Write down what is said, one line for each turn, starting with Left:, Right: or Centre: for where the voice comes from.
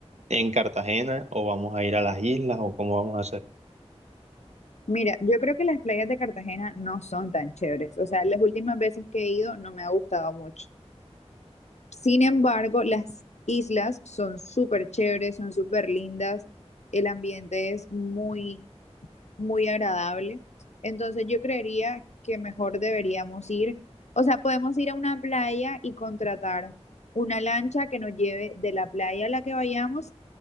Right: en Cartagena o vamos a ir a las islas o cómo vamos a hacer.
Left: Mira, yo creo que las playas de Cartagena no son tan chéveres, o sea, las últimas veces que he ido no me ha gustado mucho. Sin embargo, las islas son súper chéveres, son súper lindas, el ambiente es muy muy agradable. Entonces yo creería que mejor deberíamos ir, o sea, podemos ir a una playa y contratar una lancha que nos lleve de la playa a la que vayamos